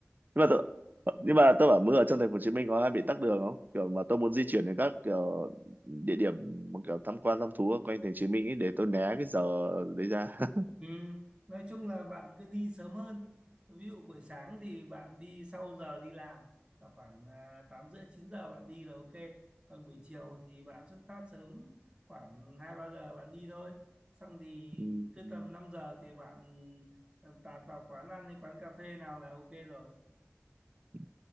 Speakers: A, on the right (about 40°); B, on the right (about 20°).
A: nhưng mà tôi nhưng mà tôi bảo mưa ở trong thành phố Hồ Chí Minh có hay bị tắc đường không kiểu mà tôi muốn di chuyển đến các kiểu địa điểm mà kiểu tham quan thăm thú ở quanh thành phố Hồ Chí Minh ấy để tôi né cái giờ đấy ra <laughs>
B: Ừ, nói chung là bạn cứ đi sớm hơn. Ví dụ buổi sáng thì bạn đi sau giờ đi làm là khoảng à, 8 rưỡi chín giờ bạn đi là ok. Còn buổi chiều thì bạn xuất phát sớm khoảng 2 3 giờ bạn đi thôi. Xong thì
A: Ừ,
B: cứ
A: ừ,
B: tầm 5 giờ thì bạn à, tạt vào quán ăn hay quán cà phê nào là ok rồi.
A: ừ.